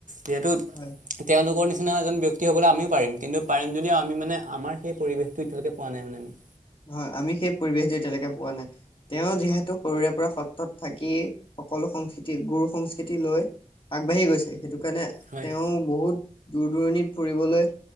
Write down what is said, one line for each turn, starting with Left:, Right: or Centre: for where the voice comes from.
Right: যিহেতু
Left: হয়।
Right: তেওঁলোকৰ নিচি <unintelligible> নিচনা এজন ব্যক্তি হ'বলে আমিও পাৰিম ব্যক্তি হবলে আমিও পাৰিম কিন্তু পাৰিম যদিও আমি মানে আমাৰ সেই পৰিৱেশটো এতিয়ালকে পোৱা নাই মানে আমি।
Left: হয়, আমি সেই পৰিৱেশটো এতিয়ালৈকে পোৱা নাই। তেওঁ যিহেতু সৰুৰে পৰা সত্ৰত থাকি সকলো সংস্কৃতি গুৰু সংস্কৃতি লৈ আগবাঢ়ি গৈছে সেইটো কাৰণে
Right: হয়
Left: তেওঁ বহুত দূৰ দূৰণিত ফুৰিবলৈ,